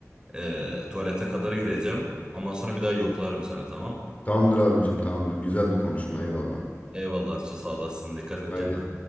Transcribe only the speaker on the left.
Tamamdır abicim tamamdır. Güzeldi konuşma eyvallah.
Haydi.